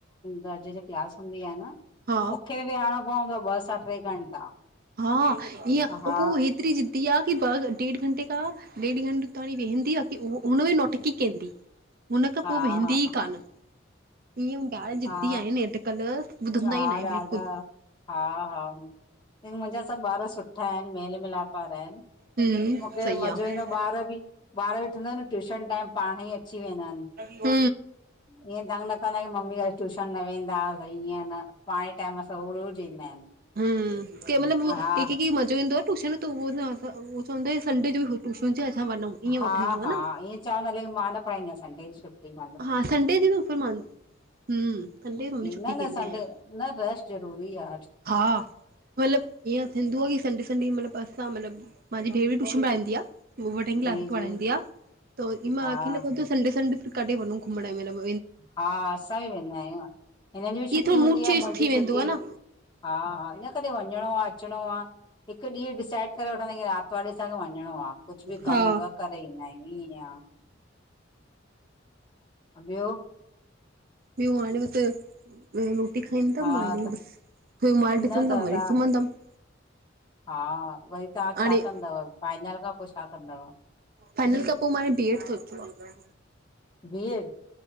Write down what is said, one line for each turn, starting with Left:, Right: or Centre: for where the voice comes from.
Left: दर्जे जे क्लास हूंदी आ न
Right: हा
Left: मुखे विहारणो पवंदो आ ॿ सा टे घंटा।
Right: हा ईअं
Left: हा हा
Right: पोइ हेतिरी जी दीया के पास ॾेढु घंटे खां ॾेढु घंटे ताणि वेहंदी आ की हुन में नौटंकी कंदी। हुन खां
Left: हा
Right: पो वेंहंदी
Left: हा
Right: ही कान। ईअं <unintelligible> जिदी
Left: हा
Right: आहिनि अजकल ॿुधंदा
Left: ॾाढा
Right: ई नाहिन बिलकुल
Left: हा हा मुंजा सभु ॿार सुठा आहिनि मेल मिलाप वारा आहिनि
Right: हम्म
Left: मुखे
Right: सही
Left: मज़ो
Right: आहे
Left: ईंदो ॿार बी, ॿार बी ॾिसंदा आहिन ट्यूशन टाइम, पाण ई अची वेंदा आहिनि।
Right: <unintelligible>
Left: इयें तंग न कंदा आयूं मम्मी ट्यूशन न वेंदासि, भई ईअं न पाणही टाइम सां रोज़ ईंदा आहिनि।
Right: हम्म, केमल मूं कैंखे
Left: हा
Right: कैंखे मज़ो ईंदो आहे टूशन ते उहो चवंदो संडे जो बि टूशन जो असां वनऊं, ईअं
Left: हा
Right: वठंदो
Left: हा
Right: आ, न।
Left: <unintelligible> मां न पढ़ाईंदी आहियां सन्डे ॾीहुं शुटी <unintelligible>
Right: हा संडे जी त फिर मां हम्म संडे जो मम्मी छुटी
Left: न न
Right: कंदी
Left: सडे
Right: आहियां
Left: न रेस्ट ज़रूरी आ।
Right: हा, मतिलब ईअं थींदो ई संडे। तॾी मतिलब, असां मलब मुंहिंजी भेेण भी टूशन पढ़ाईंदी आ। हूअ वॾनि क्लास
Left: जी
Right: खे पढाईंदी
Left: जी
Right: आ, त ओॾी मांखे
Left: हा
Right: लॻंदो संडे संडे काॾे वञू घुमण मतिलब।
Left: हा असां बि वेंदा आहियूं, हिनजी बि छुटी
Right: इहो थोरो
Left: हूंदी
Right: मूड चेंज
Left: आ मुंहिंजी
Right: थी वेंदो
Left: छुटी
Right: आहे न
Left: हा हा, इन कॾे वञणो आह अचिणो आ हिकु ॾींहुं डिसाईड करे वठंदा आहियूं आतवार ॾीहुं असांखे वञिणो आ, कुछु बि
Right: हा
Left: कमु हूंदो आ करे ईंदा आहियूं, ईअं आ, ॿियो
Right: ॿियो वणियो त। रोटी खाईंदमि
Left: हा
Right: मालु ईंदो,
Left: त
Right: बसि पो माल
Left: न
Right: ॾिसंदमि
Left: त
Right: वरी
Left: तव्हां
Right: सुम्हंदमि।
Left: हा, वरी तां
Right: हाणे
Left: छा कंदव, फाइनल खां पोइ छा कंदव?
Right: फाइनल खां पोइे मां डी एड सोचियो आ।
Left: बी एड